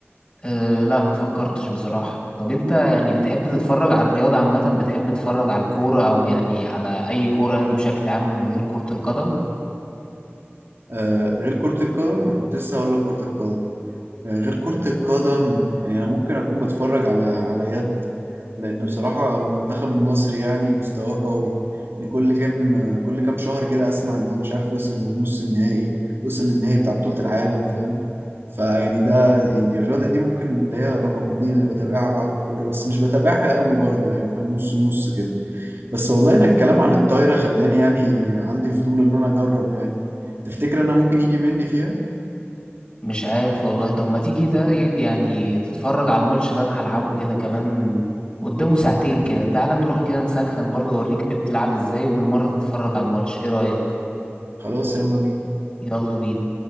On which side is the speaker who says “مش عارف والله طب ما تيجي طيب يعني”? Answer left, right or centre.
Left